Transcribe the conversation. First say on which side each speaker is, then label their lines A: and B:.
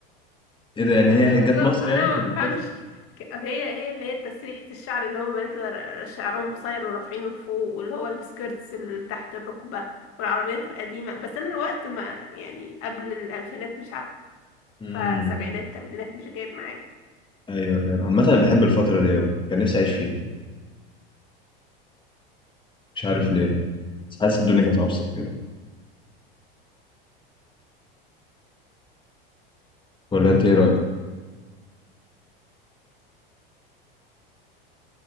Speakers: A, on the left; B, on the left.
A: ايه ده يعني
B: أصلا
A: هي جت مصر يعني
B: انا ما
A: في المسلسل
B: بفهمش ك- هي هي اللي هي تسريحة الشعر اللي هو بنات ر- شعرهم قصير ورافعينه لفوق واللي هو السكيرتس اللي تحت الركبة والعربيات القديمة بس انا الوقت ما يعني قبل الالفينات مش عارفة
A: امم
B: سبعينات تمانينات مش جايب معايا
A: ايوه فاهم عامه انا بحب الفتره دي قوي كان نفسي اعيش فيها مش عارف ليه بس حاسس الدنيا كانت ابسط كده ولا انت ايه رايك